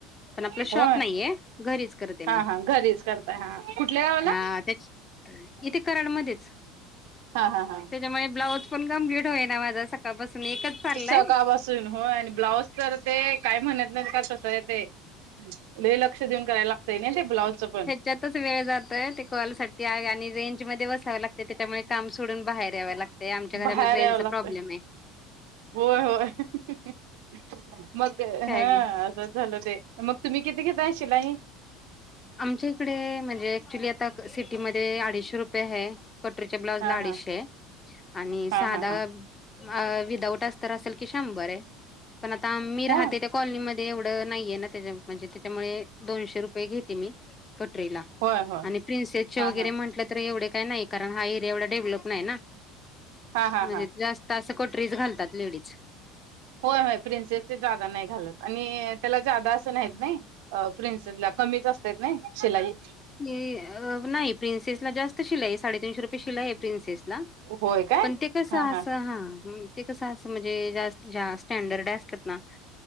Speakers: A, on the left; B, on the right.
A: पण आपलं शॉप
B: होय
A: नाहीये घरीच करते मी.
B: हा घरीच करताय हा कुठल्या गावाला
A: हा त्याच इथे करायला मध्येच.
B: हा हा हा.
A: त्याच्यामुळे ब्लाउज पण कंप्लीट होय ना माझा सक काळ पासून एकच चाललंय.
B: सकाळपासून होय आणि ब्लाऊज तर ते काय म्हणत नाहीत का तसं आहे ते लय लक्ष देऊन करायला लागतय ना ते ब्लाउजचं पण.
A: त्याच्यातच वेळ जातय ते कॉल साठी आ आणि रेंज मध्ये बसावं लागते त्याच्यामुळे काम सोडून बाहेर यावं लाग ते आमच्या
B: बाहेर
A: घरामध्ये
B: यावं
A: रेंजचा
B: लागतंय
A: प्रॉब्लेम आहे.
B: होय होय मग हा.
A: काय
B: बस झालं ते मग तुम्ही किती घेताय शिलाई?
A: आमच्या इकडे म्हणजे ॲक्च्युली क आता सिटीमध्ये अडीचशे रुपये है. कटोरीच्या ब्लाउजला
B: हा
A: अडीचशे
B: हा
A: आणि
B: हा
A: सादा
B: हा हा
A: व अ विदाउट अस्तर असेल की शंभर आहे पण आता मी राहते
B: होय
A: त्या कॉलनीमध्ये एवढं नाहीये ना त्याच्या म्हणजे त्याच्यामुळे दोनशे रुपये घेते मी कटरीला.
B: होय होय
A: आणि प्रिन्सेसचे
B: हा
A: वगैरे
B: हा
A: म्हंटलं तर एवढे काही नाही कारण हा एरिया एवढा डेव्हलप नाही ना
B: हा हा
A: म्हणजे
B: हा
A: जास् त असं कटोरीज घालतात लेडीज.
B: होय होय प्रिन्सेसचे जादा नाही घालत आणि त्याला जादा असं नाहीत नाही. अ प्रिन्सेस ला कमीच असतात नाय शिलाई.
A: हे नाही प्रिन्सेस ला जास्त शिलाई आहे साडेतीनशे रुपये शिलाई आहे प्रिन्सेसला.
B: होय काय
A: पण ते कसं
B: हा
A: असं हा हम्म. ते असं म्हणजे जास ज्यास स्टडर्ड या असतात ना